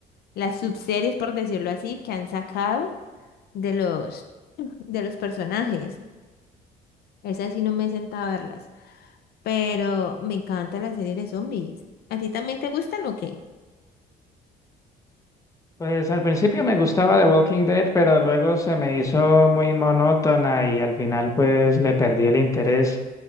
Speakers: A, on the left; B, on the left.
A: las subseries, por decirlo así, que han sacado de los, de los personajes. Esas sí no me he sentado a verlas. Pero me encanta la serie de zombies. ¿A ti también te gustan o qué?
B: Pues al principio me gustaba The Walking Dead, pero luego se me hizo muy monótona y al final pues le perdí el interés.